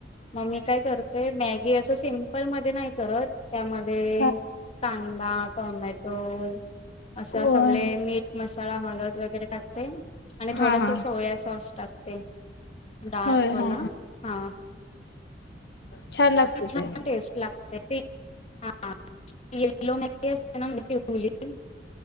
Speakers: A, on the left (about 35°); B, on the left (about 65°).
A: म मी काय करतेय मॅगी असं सिंपलमध्ये नाही करत त्यामध्ये
B: हा हा
A: कांदा, टोमॅटो असं
B: होय
A: सगळे मीठ, मसाला, हळद वगैरे टाकते
B: हा
A: आणि थोडस
B: हा हा होय हा हा
A: सोया सॉस टाकते. डार्कवाला
B: होय हा
A: हा
B: छान लागत
A: म छान
B: ते
A: टेस्ट लागते. <unintelligible>